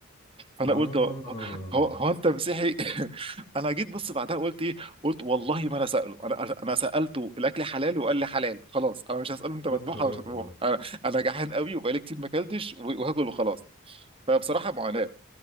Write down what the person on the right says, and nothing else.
فانا
قلت هو هو هو انت مسيحي <laughs> انا جيت بص بعدها قلت ايه قلت والله ما انا ساله انا انا أنا سالته الاكل حلال وقال لي حلال خلاص انا مش هساله انت مذبوح
ولا مش مذبوح
انا انا جعان قوي وبقالي كتير ما اكلتش و- وهاكل وخلاص فبصراحه معاناه